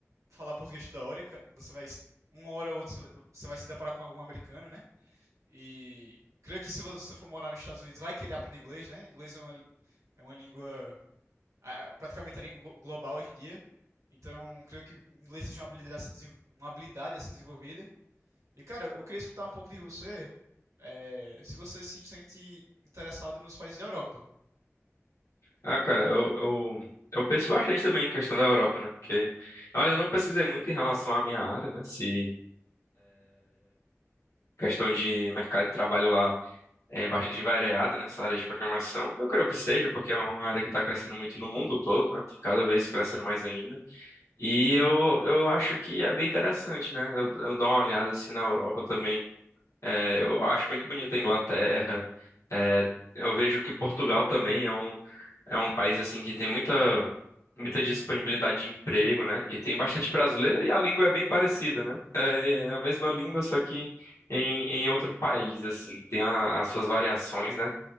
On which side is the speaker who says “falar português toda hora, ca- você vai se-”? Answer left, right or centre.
Right